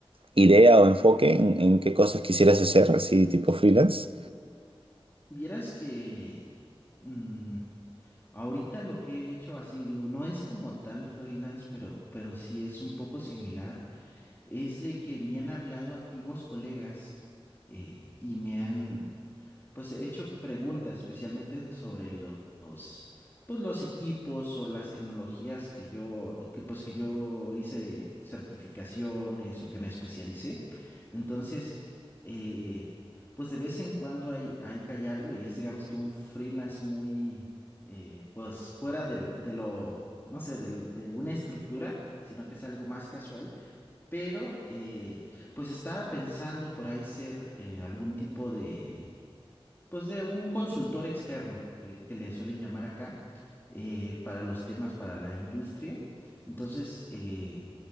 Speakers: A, on the right; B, on the left.
A: idea o enfoque en, en qué cosas quisieras hacer así tipo freelance?
B: Vieras que mm, ahorita lo que he hecho así, no es como tal freelance, pero, pero sí es un poco similar, es de que me han hablado antiguos colegas eh, y me han... pues he hecho preguntas especialmente sobre lo- los, pues los equipos o las tecnologías que yo, que pues que yo hice certificaciones o que me especialicé. Entonces, eh, pues de vez en cuando hay, hay que hay algo y es digamos que un freelance muy, eh, pues fuera del, de lo, no sé, del- de una estructura, sino que es algo más casual. Pero, eh, pues estaba pensando por ahí ser eh, algún tipo de pues de un consultor externo, que le, que le suelen llamar acá, eh, para los temas para la industria. Entonces, eh,